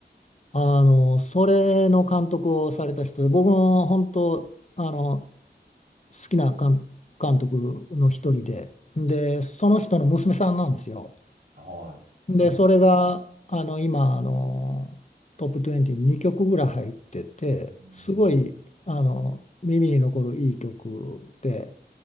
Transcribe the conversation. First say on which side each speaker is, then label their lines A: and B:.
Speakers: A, on the left; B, on the right.
A: あの、それの監督をされた人で、僕も本当、あの、好きな監、監督の一人で、で、その人の娘さんなんですよ。
B: はい。そうなんですね。
A: で、それが、あの、今、あの、トップ20に2曲ぐらい入ってて、
B: うーん。
A: すごい、あの、耳に残るいい曲で、